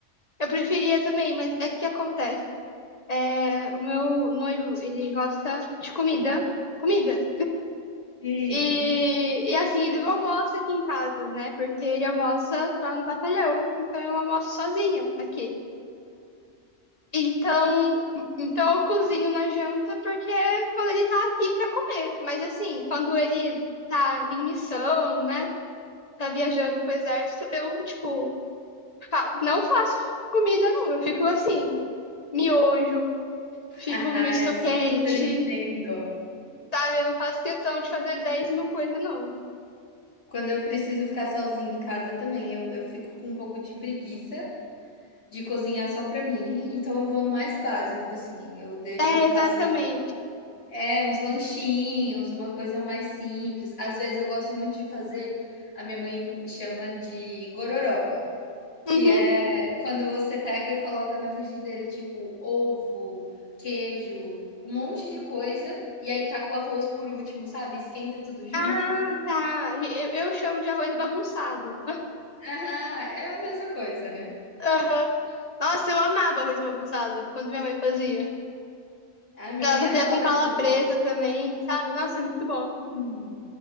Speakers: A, on the left; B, on the left.
A: eu preferia também, mas é o que acontece. É, o meu noivo, ele gosta de comida. Comida.
B: Sim.
A: E, e assim, ele não almoça aqui em casa, né? Porque ele almoça lá no batalhão, então eu almoço sozinha aqui. Então, então eu cozinho na janta porque quando ele tá aqui pra comer. Mas assim, quando ele tá em missão, né? Tá viajando com o exército, eu, tipo, fa- não faço comida, não. Eu fico assim, miojo,
B: <laughs>
A: fico no misto
B: Eu super
A: quente,
B: entendo.
A: sabe? Eu não faço questão de fazer 10 mil coisas, não.
B: Quando eu preciso ficar sozinha em casa também, eu eu fico com um pouco de preguiça de cozinhar só pra mim, então eu vou no mais básico, assim, eu deixo
A: É,
B: eu faço
A: exatamente.
B: é, uns lanchinhos, uma coisa mais simples. Às vezes eu gosto muito de fazer a minha mãe chama de gororoba, que
A: Uhum.
B: é quando você pega e coloca na frigideira, tipo, ovo, queijo, um monte de coisa, e aí taca o arroz por último, sabe, esquenta tudo junto.
A: Ah, tá. Eu, eu chamo de arroz bagunçado. <laughs>
B: Aham, é a mesma coisa, né.
A: Aham. Nossa, eu amava arroz bagunçado quando minha mãe fazia.
B: A minha
A: Ela
B: mãe
A: fazia
B: adora
A: com calabresa
B: fazer isso.
A: também, sabe? Nossa,
B: Sim.
A: é muito bom.